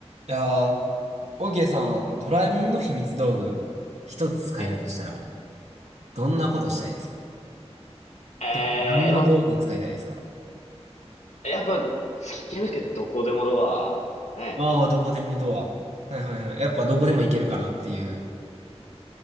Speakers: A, on the right; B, on the left.
A: いやー、オーケーさん、ドラえもんの秘密道具、一つ使えるとしたら、
B: ええ。
A: どんなことしたいですか
B: ええ、
A: て何の道具使いたいですか
B: まあ、やっぱ、付き合いますけど、どこでもドアですかね。
A: ああー、どこでもドア。はいはいはい。やっぱどこでも行けるかなっていう。